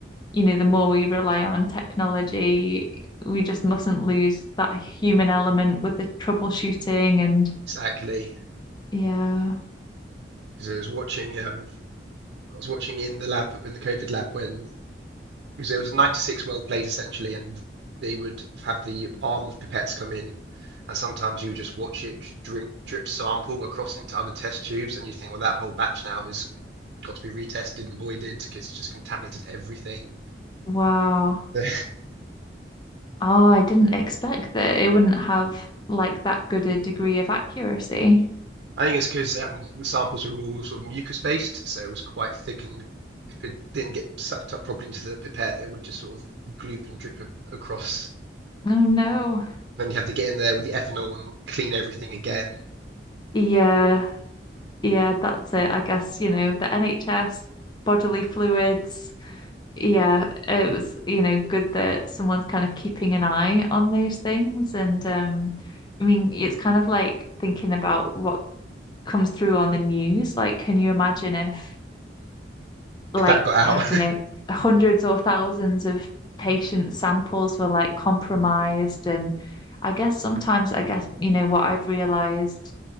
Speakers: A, on the left; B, on the right.
A: you know, the more we rely on technology, we just mustn't lose that human element with the troubleshooting and
B: Exactly.
A: yeah.
B: Because I was watching um, I was watching in the lab in the COVID lab when because it was 96 well plates essentially, and they would have the arm of pipettes come in, and sometimes you would just watch it drip, drip sample across into other test tubes, and you think, well, that whole batch now has got to be retested and voided because it's just contaminated everything.
A: Wow.
B: <laughs> I
A: Oh, I didn't expect that it wouldn't have like that good a degree of accuracy.
B: think it's because um, the samples were all sort of mucus based, so it was quite thick, and if it didn't get sucked up properly into the pipette, it would just sort of gloop and drip across.
A: Oh no.
B: Then you have to get in there with the ethanol and clean everything again
A: Yeah. Yeah, that's it. I guess, you know, the NHS, bodily fluids, yeah, it was, you know, good that someone's kind of keeping an eye on those things. And um, I mean, it's kind of like thinking about what comes through on the news. Like, can you imagine if, like,
B: if that got
A: I
B: out.
A: don't
B: <laughs>
A: know, hundreds or thousands of patient samples were like compromised? And I guess sometimes, I guess, you know, what I've realized